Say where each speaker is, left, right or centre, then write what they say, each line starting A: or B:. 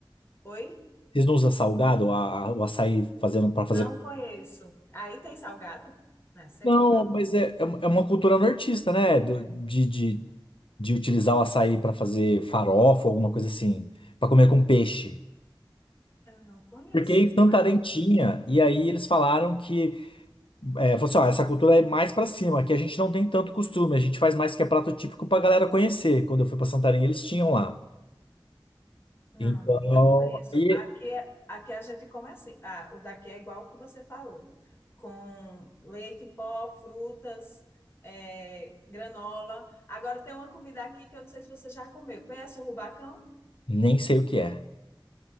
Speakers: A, on the left (about 25°); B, on the left (about 85°).
A: oi?
B: Vocês não usam salgado, a- a- o açaí fazendo para fazer
A: Não conheço. Aí tem salgado? Não é cebola,
B: Não,
A: não.
B: mas é, é uma é uma cultura nortista, né? Do- de, de, de utilizar o açaí para fazer farofa, alguma coisa assim, para comer com peixe.
A: Eu não conheço.
B: Porque em Santarém tinha, e aí eles falaram que, é, falou assim, ó, essa cultura é mais para cima, aqui a gente não tem tanto costume, a gente faz mais que é prato típico pra galera conhecer. Quando eu fui para Santarém, eles tinham lá.
A: Não,
B: Então,
A: não conheço.
B: aí
A: Aqui, é- aqui a gente come assim. Ah, o daqui é igual o que você falou. Com leite em pó, frutas, é, granola. Agora tem uma comida aqui que eu não sei se você já comeu. Conhece o rubacão?
B: nem sei o que é.